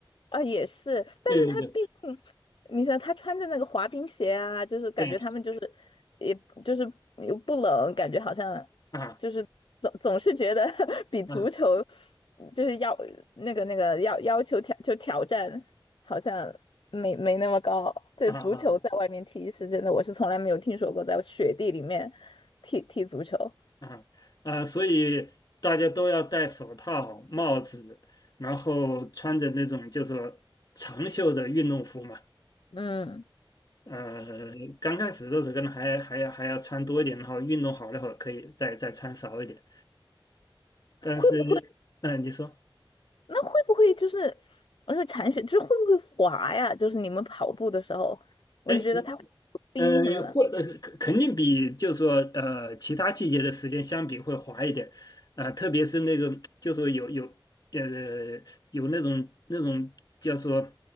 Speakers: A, on the left (about 65°); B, on the left (about 50°).
A: 啊，也是，但是他毕竟，
B: 对对对
A: 你想他穿着那个滑冰鞋啊，就是感觉他们就是，
B: 对
A: 也就是又不冷，感觉好像
B: 啊
A: 就是总总是觉得 <laughs> 比足球
B: 啊
A: 就是要那个那个要要求挑就挑战好像没没那么高。这足球在外面踢是真的，
B: 啊啊
A: 我是从来没有听说过在雪地里面踢踢足球。
B: 啊啊，啊所以大家都要戴手套、帽子，然后穿着那种就说长袖的运动服嘛。
A: 嗯，
B: 呃，刚开始的时候可能还还要还要穿多一点，然后运动好了以后可以再再穿少一点。但是，
A: 会不会？
B: 嗯、你说，
A: 那会不会就是，我说铲雪就是会不会滑呀？就是你们跑步的时候，我就觉得它会有冰什么的。
B: 哎，呃，或呃肯肯定比就是说呃其他季节的时间相比会滑一点，啊、特别是那个就是说有有呃有那种那种叫做